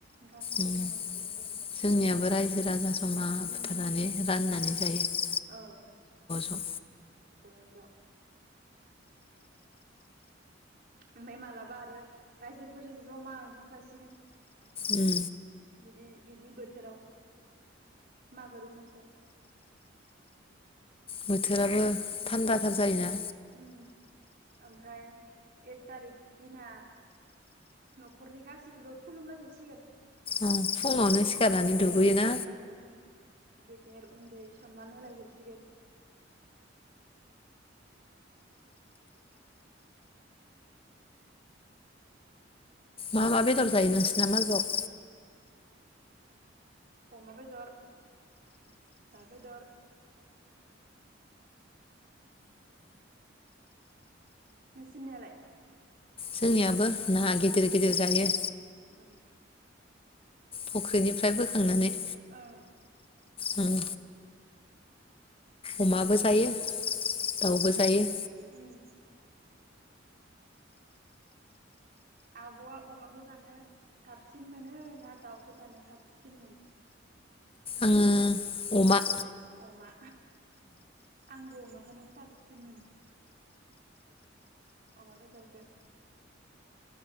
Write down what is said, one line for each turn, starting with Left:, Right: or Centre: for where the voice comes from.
Right: गामिनि
Left: उम
Right: जमा बुथारना जायो।
Left: जोंनियाबो रायजो राजा जमा बुथारनानै
Right: उम
Left: राननानै जायो ज'
Right: औ
Left: ज'।
Right: ज' ज'। ओमफ्राय मालाबा आरो रायजोफोरजों जमा ओंखाम जासिगोन।
Left: उम
Right: बि-बिदि बोथोराव मागो दमासियाव।
Left: बोथोराबो थान्दाथार जायोना।
Right: उम ओमफ्राय एक थारिक दिना न'खरनि गासैखौबो खुलुमनां जोबसिगोन।
Left: उम फुङावनो सिखारनानै दुगैयोना?
Right: उम उम गेदेर उन्दै सनमान होलाय जोबसिगोन।
Left: मा मा बेदर जायो नोंसिना मागोयाव?
Right: अमा बेदर दाव बेदर। नोंसिनियालाय?
Left: जोंनियाबो ना गिदिर गिदिर जायो।
Right: उम
Left: फुख्रिनिफ्राय बोखांनानै।
Right: ओं।
Left: उम अमाबो जायो दाउबो जायो।
Right: उम आब'आ अमाखौ जानो साबसिन मोनो ना दाउखौ जानो साबसिन मोनो?
Left: आङो अमा।
Right: अमा आंबो अमाखौनो। साबसिन मोनो। अमा बेदरखौ।